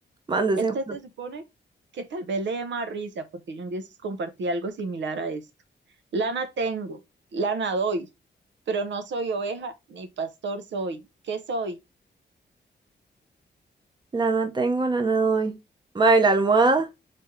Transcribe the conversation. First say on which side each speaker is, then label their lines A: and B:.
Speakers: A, on the right; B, on the right.
A: mándese.
B: Este
A: uno.
B: se supone que tal vez le dé más risa, porque yo un día sus compartí algo similar a esto. Lana tengo, lana doy, pero no soy oveja ni pastor soy. ¿Qué soy?
A: Lana tengo, lana doy. Ma, ¿y la almohada?